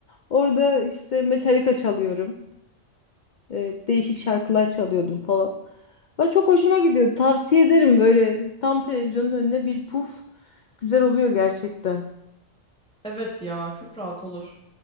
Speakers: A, on the left; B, in the centre.
A: orada işte Metallica çalıyorum. E, değişik şarkılar çalıyordum falan. Ve çok hoşuma gidiyordu. Tavsiye ederim böyle tam televizyonun önüne bir puf. Güzel oluyor gerçekten.
B: Evet ya çok rahat olur.